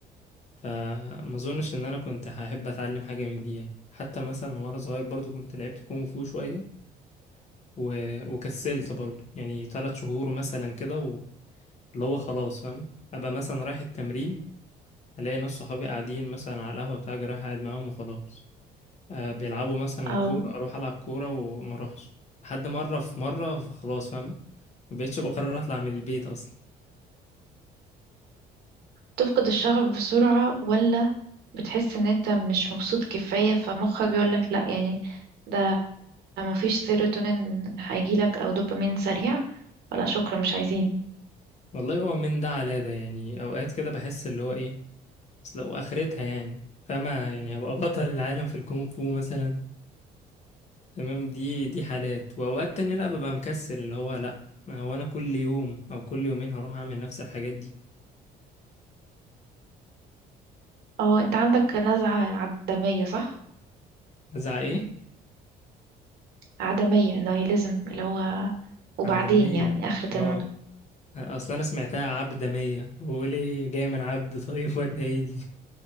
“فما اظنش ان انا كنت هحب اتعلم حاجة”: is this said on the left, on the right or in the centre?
Left